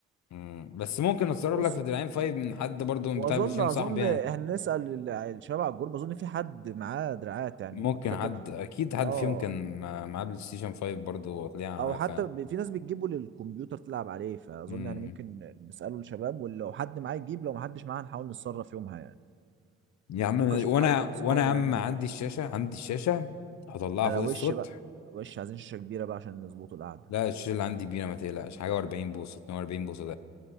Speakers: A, on the left; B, on the right.
A: امم بس ممكن اتصرف
B: بص
A: لك في دراعين 5 من حد برضه من
B: واظن
A: بتاع بلاي ستيشن
B: اظن
A: صاحبي يعني
B: هنسال ال- الشباب على الجروب اظن في حد معاه دراعات يعني
A: ممكن
B: كنت فاكر
A: حد اكيد حد
B: اه
A: فيهم كان مع- معاه بلاي ستيشن 5 برضه وطلع
B: او حتى
A: ف
B: ب- في ناس بتجيبه للكمبيوتر تلعب عليه فاظن
A: امم
B: يعني ممكن نساله الشباب ولو حد معاه يجيب لو ما حدش معاه هنحاول نتصرف يومها يعني
A: يا عم
B: ممكن
A: وانا
B: اشوف حد من
A: وانا
B: صحابي
A: يا عم
B: يعني
A: عندي
B: وكده
A: الشاشه عندي الشاشه هطلعها
B: ده
A: فوق
B: لو
A: السطح
B: وش بقى وش عايزين شاشه كبيره بقى عشان نظبطوا القعده
A: لا الشاشه اللي عندي كبيره ما تقلقش حاجه و40 بوصه 42 بوصه